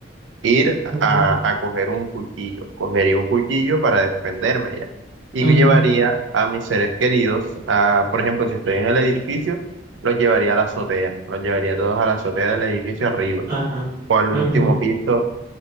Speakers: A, on the right; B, on the right.
A: ir
B: Ujú,
A: a, a coger un cuchillo. Cogería un cuchillo para defenderme ya. Y
B: ujú,
A: llevaría a mis seres queridos a, por ejemplo, si estoy en el edificio, los llevaría a la azotea. Los llevaría todos a la azotea del edificio arriba
B: ajá,
A: o al
B: ujú.
A: último piso